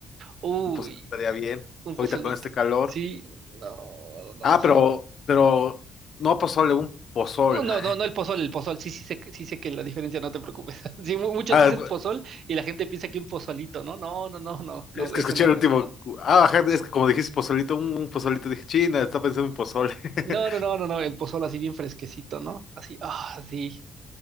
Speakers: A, on the right (about 60°); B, on the left (about 55°).
A: Uy,
B: un pozol estaría bien.
A: un
B: Ahorita
A: pozolito.
B: con este calor.
A: Sí, no, no.
B: Ah, pero, pero no pozole, un pozol.
A: No, no,
B: <laughs>
A: no, no el pozol, el pozol. Sí, sí sé, que- sí sé que la diferencia, no te preocupes. <laughs> Sí, mu- muchos
B: Ah,
A: dices pozol y la gente piensa que un pozolito, ¿no? No, no, no, no, no,
B: Es que
A: ese
B: escuché
A: no.
B: el último. Ah, ajá, es que como dijiste pozolito, un, un pozolito, dije, China, está pensando en pozole. <laughs>
A: No, no, no, no, no, el pozol así bien fresquecito, ¿no? Así, ah, sí.